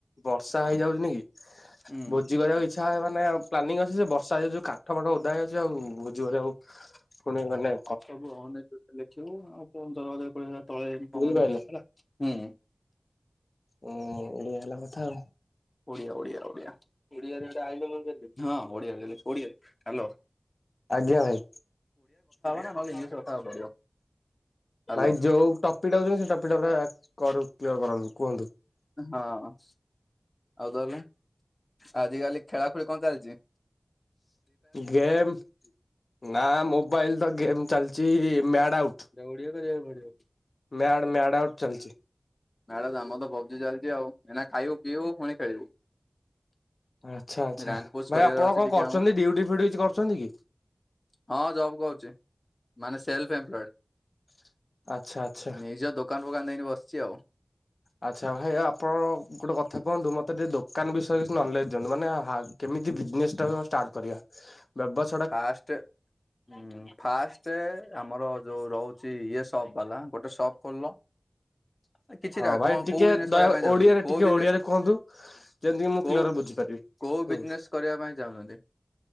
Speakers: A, on the left; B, on the left.
A: ବର୍ଷା ହେଇଯାଉଛି ନି କି?
B: ହୁଁ।
A: ବୁ ଭୋଜି କରିବାକୁ ଇଚ୍ଛା ମାନେ ପ୍ଲନିଙ୍ଗ୍ ଅଛି ଯେ ବର୍ଷା ଯୋଉ କାଠ ପାଠ ଓଦା ହେଇ ଅଛି ଆଉ ଭୋଜି କରିବାଉ, ପୁଣି ମାନେ,
B: ସବୁେ <unintelligible> ଲେଖିବୁ, ଆଉ ପନ୍ଦର ହଜାର କୋଡିଏ ହଜାର ତଳେ
A: ବୁଝିପାରିଲେ
B: କଲା ହୁଁ
A: ହୁଁ, ହେଲା କଥା ଆଉ
B: ଓଡିଆ ଓଡିଆ ଓଡିଆ ଓଡିଆରେ <unintelligible> ହଁ ଓଡିଆ ଓଡିଆରେ ହ୍ୟାଲ
A: ଆଜ୍ଞା ଭାଇ, ଓଡ଼ିଆ
B: ନା
A: ରେ
B: ନହେଲେ
A: କଥା
B: ଇଂଲିଶରେ
A: ହବ।
B: ହବାକୁ ପଡିବ ହାଲୋ।
A: ଭାଇ ଯୋଉ ଟପିଟା ହଉଛନ୍ତି ସେ ଟପିଟା ପୁରା। କରୁ କ୍ଲିୟର କରନ୍ତୁ କୁହନ୍ତୁ,
B: ହଁ ଆଉ ତାହଲେ, ଆଜିକାଲି ଖେଳା ଖେଳି କଣ ଚାଲିଛି?
A: ଗେମ୍ ନା ମୋବାଇଲ ତ ଗେମ୍ ଚାଲିଛି ମ୍ୟାଟ୍ ଆଉଟ୍।
B: ଏଇଟା ଓଡ଼ିଆ କରିବାକୁ ପଡିବ,
A: ମ୍ୟାଡ ମ୍ୟାଡ ଆଉଟ୍ ଚାଲିଛି।
B: ମେଳା ଆମର ତ ଭଜି ଚାଲିଛି ଆଉ ଏଇନା ଖାଇବୁ ପିଇବୁ ପୁଣି ଖେଳିବୁ।
A: ଆଚ୍ଛା ଆଚ୍ଛା
B: ରାଙ୍କ ପୋଷ୍ଟ
A: ଭାଇ
B: କରିବାର
A: ଆପଣ
B: ଅଛି
A: କଣ
B: ଟିକେ
A: କରୁଛନ୍ତି,
B: ଆମ
A: ଡଉଟି ଫୁଟି କିଛି କରଛନ୍ତି କି?
B: ହଁ ଜବ୍ କରୁଛି ମାନେ ସେଲ୍ଫ ଏମ୍ପ୍ଲଏଡ଼।
A: <unintelligible> ଆଛା ଆଛା
B: ନିଜ ଦୋକାନ କୁ ଅନେୟି ବସିଛି ଆଉ?
A: ଆଚ୍ଛା ଭାଇ ଆପଣ ଗୋଟେ କଥା କୁହନ୍ତୁ, ମୋତେ ଟିକେ ଦୋକାନ ବିଷୟରେ କିଛି ନଲେଜ୍ ଦିଅନ୍ତୁ। ମାନେ ହା କେମିତି ବିଜନେସ୍ ଟା ମ ଷ୍ଟାର୍ଟ କରିବା। ବେପାର
B: ଫାଆଷ୍ଟ, ଉଁ ଫାଷ୍ଟ ଆମର ଯୋଉ ରହୁଛି ଇଏ ସପ୍ ବାଲା ଗୋଟେ ସପ୍ ଖୋଲିଲ।
A: <unintelligible>
B: କିଛିଟା
A: ହଁ ଭାଇ
B: କଣ
A: ଟିକେ
B: କୋଉ ବିଜନେସ କରିବା
A: ଦୟା
B: ପାଇଁ ଚାହୁଛନ୍ତି
A: ଓଡିଆରେ
B: କୋଉ
A: ଟିକେ
B: ବିଜନେସ
A: ଓଡିଆରେ କୁହନ୍ତୁ ଯେମିତିକି ମୁଁ
B: କୋଉ
A: କ୍ଲିଅରରେ ବୁଝିପାରିବି?
B: କୋଉ
A: ହୁଁ
B: ବିଜନେସ୍ କରିବା ପାଇଁ ଚାହୁଁଛନ୍ତି?